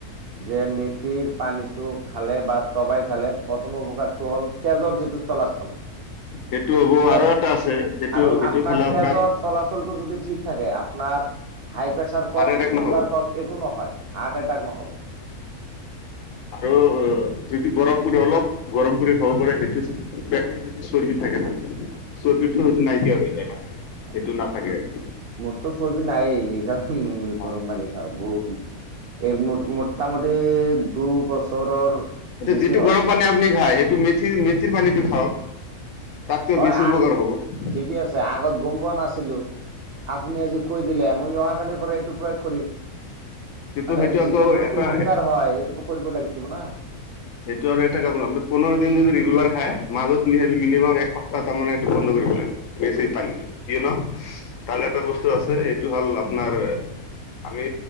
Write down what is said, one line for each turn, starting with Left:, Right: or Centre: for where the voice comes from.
Right: যে মেথিৰ পানীটো খালে বা। চবাই খালে প্ৰথম উপকাৰটো হ'ল, তেজৰ যিটো চলাচল।
Left: সেইটো হ'ব
Right: তে
Left: আৰু এটা আছে সেইটো,
Right: আৰু
Left: সেইটো খালে
Right: তেজৰ
Left: আপোনাৰ
Right: চলাচলটো যদি ঠিক থাকে আপোনাৰ হাই প্ৰেছাৰ কওক
Left: হাৰ্ট এটেক
Right: চুগাৰ
Left: নহ'ব
Right: একো নহয় হাৰ্ট এটাক নহ'ব।
Left: আৰু যটো গৰম পু অলপ গৰম খাব পাৰে সেইটো পেটৰ টো চৰ্বি থাকে ন চৰ্বিটো হয়তো নাইকিয়া হৈ যায় লাহে, লাহে
Right: হয়
Left: সেইটো নাথাকে।
Right: মোৰতো চৰ্বি নাইেই সেইকাৰণে
Left: হয়
Right: গৰম পানী খাওঁ বুত এই মোটামুটি দুবছৰৰ
Left: এইটো
Right: বেছি
Left: যিটো
Right: হ'ল।
Left: গৰম পানী আপুনি খায় সেইটো মেথি মেথিৰ পানীটো খাওঁক। তাতকৈ
Right: হয়
Left: বেছি
Right: আগ
Left: উপকাৰ হ'ব।
Right: ঠিকে আছে আগত গ'ম পোৱা নাছিলোঁ আপুনি আজি কৈ দিলে মই অহাকালিৰ পৰা এইটোন ম
Left: কিন্তু
Right: মানে
Left: সেইটো
Right: যিটো
Left: আকৌ
Right: বস্তু
Left: এটা
Right: উপকাৰ হয় সেইটোতো কৰিব লাগিব না।
Left: সেইটো আৰু এটা কাম আ পোন্ধৰ দিন যদি ৰেগুলাৰ খাই মাজত মিনিমাম বা তাৰমানে এইটো বন্ধ কৰিব লাগিব বেছি মেথি পানীটো ইনো তাৰে এটা বস্তু আছে এইটো হ'ল আপোনাৰ আমি